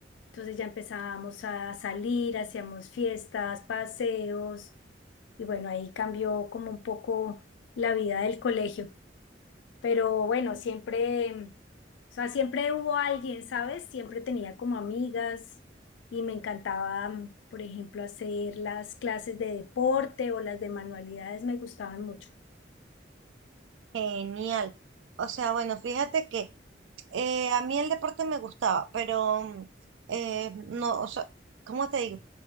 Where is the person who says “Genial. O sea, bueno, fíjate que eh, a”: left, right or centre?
Right